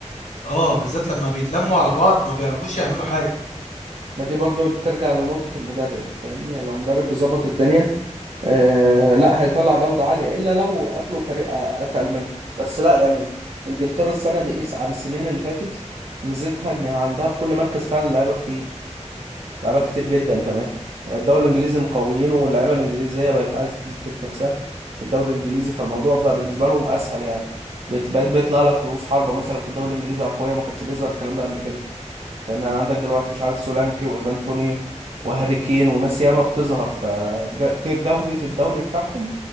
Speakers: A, on the left; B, on the right.
A: اه بالذات لما بيتلموا على بعض ما بيعرفوش يعملوا حاجة
B: ما دي برضو ترجع لنقطة المدرب فاهمني يعني لو مدرب بيظبط الدنيا آه لا هيطلع جودة عالية إلا لو قابله فريق أتقل منه بس لا يعني إنجلترا السنة دي إيه عن السنين اللي فاتت ميزتها إن عندها في كل مركز فعلا لعيبة كتير لعيبة كتير جدا كمان الدوري الإنجليزي مقويينه واللعيبة الإنجليزية بقت عايزة تثبت نفسها في الدوري الإنجليزي فالموضوع بقى بالنسبة لهم أسهل يعني بت- بقيت بيطلع لك رؤوس حربة مثلا في الدوري الإنجليزي أقوياء ما كانش بيظهر الكلام ده قبل كده فاهم يعني عندك دلوقتي مش عارف سولانكي وايفان توني وهاري كين وناس ياما بتظهر فجودة الدوري بتاعهم